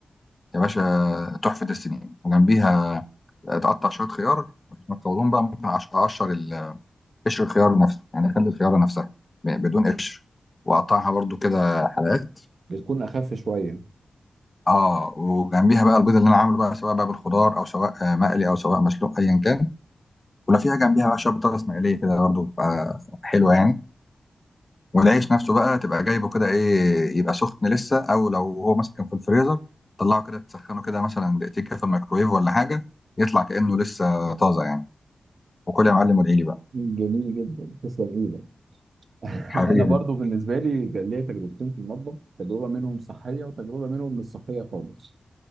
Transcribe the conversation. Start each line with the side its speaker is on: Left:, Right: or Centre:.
Left: يا باشا تحفه السنين وجنبيها تقطع شويه خيار عشان تطولهم بقى ممكن أقش- اقشر ال- قشر الخيار نفسه يعني اخلي الخياره نفسها ب- بدون قشر واقطعها برضو كده حلقات
Right: بتكون اخف شويه
Left: اه وجنبيها بقى البيض اللي انا عامله بقى سواء بقى بالخضار او سواء آه، مقلي او سواء مسلوق ايا كان ولو فيها جنبيها بقى شويه بطاطس مقليه كده برضو بتبقى حلوه يعني والعيش نفسه بقى تبقى جايبه كده ايه يبقى سخن لسه او لو هو مثلا كان في الفريزر طلعه كده تسخنه كده مثلا دقيقتين كده في الميكرويف ولا حاجه يطلع كانه لسه طازه يعني وكل يا معلم وادعي لي بقى
Right: جميل جدا تسلم ايدك <laughs>
Left: حبيبي
Right: انا برضو بالنسبه لي كان ليا تجربتين في المطبخ تجربه منهم صحيه وتجربه منهم مش صحيه خالص